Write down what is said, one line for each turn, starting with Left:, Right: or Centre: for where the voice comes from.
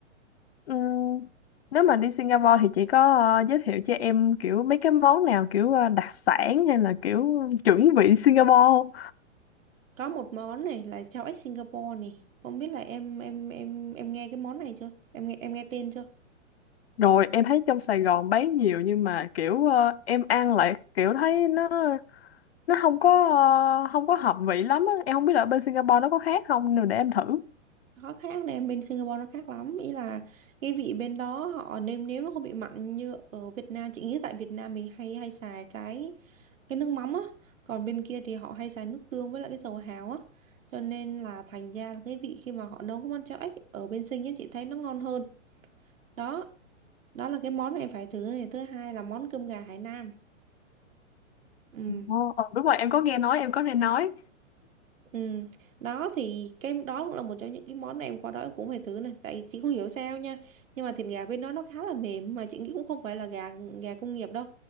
Left: ừm, nếu mà đi Singapore thì chị có ờ, giới thiệu cho em kiểu mấy cái món nào kiểu ờ, đặc sản hay là kiểu chuẩn vị Singapore
Right: Có một món này là cháo ếch Singapore này. Không biết là em em em em nghe cái món này chưa? Em nghe em nghe tên chưa?
Left: Rồi em thấy trong Sài Gòn bán nhiều nhưng mà kiểu ờ, em ăn lại kiểu thấy nó nó không có ờ, không có hợp vị lắm á. Em không biết là ở bên Singapore nó có khác không nên để em thử.
Right: Khó khác này bên Singapore nó khác lắm ý là cái vị bên đó họ nêm nếm nó không bị mặn như ở Việt Nam chị nghĩ tại Việt Nam mình hay hay xài cái cái nước mắm á còn bên kia thì họ hay xài nước tương với lại cái dầu hào á cho nên là thành ra là cái vị khi mà họ nấu cái món cháo ếch ở bên Sing á chị thấy nó ngon hơn đó đó là cái món mà em phải thử này thứ hai là món cơm gà Hải Nam ừ.
Left: Ồ, ờ, đúng rồi em có nghe nói em có nghe nói.
Right: Ừ. Đó thì cái đó cũng là một trong những cái món này em qua đó em cũng phải thử này tại chị không hiểu sao nha nhưng mà thịt gà bên đó nó khá là mềm mà chị nghĩ cũng không phải là gà gà công nghiệp đâu